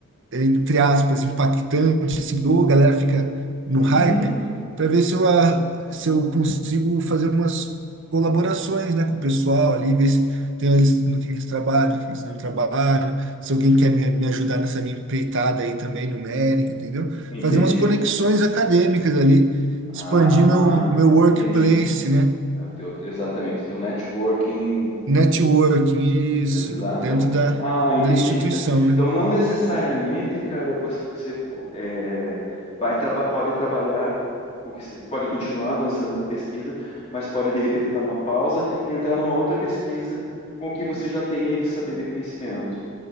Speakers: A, on the right; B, on the left.
A: entre aspas, impactante, assim, que ô, a galera fica no
B: Uhum,
A: hype, para ver se eu, ah, se eu consigo fazer umas colaborações, né, com o pessoal ali, ver se tem eles, no que eles trabalham, no que eles não trabalham, se alguém quer me, me ajudar nessa minha empreitada aí também, numérica, entendeu?
B: entendi.
A: Fazer umas conexões acadêmicas ali,
B: Ah,
A: expandir meu, meu workplace,
B: entendi.
A: né?
B: É o teu, exatamente, teu networking
A: Networking, isso,
B: Exatamente.
A: dentro da,
B: Ah, entendi.
A: da instituição,
B: Então,
A: né?
B: então, não necessariamente, cara, você, você é, vai traba pode trabalhar, o que você pode continuar avançando na pesquisa, mas pode de repente dar uma pausa e entrar numa outra pesquisa com o que você já tem aí de saber e conhecimento.